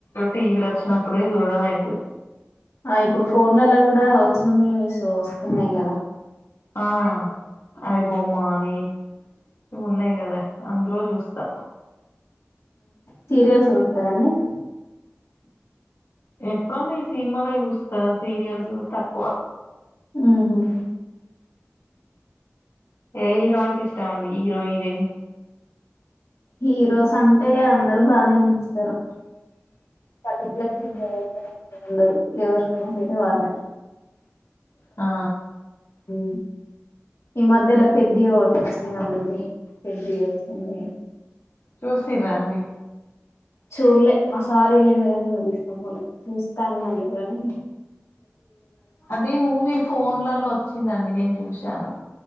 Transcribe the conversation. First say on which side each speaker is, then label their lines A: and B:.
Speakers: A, on the left (about 75°); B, on the left (about 90°).
A: టీవలో వచ్చిన అప్పుడే దృఢమయదు
B: ఆ ఇప్పుడు ఫోన్లలో కూడా వచ్చిన మీ వస్తున్నాయి కదా
A: ఆ అయి బొమ్మని ఇ ఉన్నాయి కదా అందరూ చూస్తా
B: సీరియల్స్ చూస్తారంాండి
A: ఎప్పుడుమ ఈ సినిమాల యూస్ సీరియల్స్ తక్కువ
B: ఆహ
A: ఏ హీరో అంటే ఇష్టామండి హీరో హీరోయిన్
B: హీరోస్ అంటే అందరు బాగానే అనిపిస్తుారు <unintelligible> ఎవర్స సతే వారనే
A: ఆ
B: ఉ ఈ మధ్యలా పెద్ది ఒకటి వచ్చింది మూవీ పెద్ది వచ్చియి
A: చూసి రాండి
B: చూలే మా సారి ఇల్లుండు కాని నన్ను తీసుకపోలే చూస్తే అన్నాళ్ళ కాని
A: అదే మూవీ ఫోన్లలో వచ్చిందండి నేను చూసాను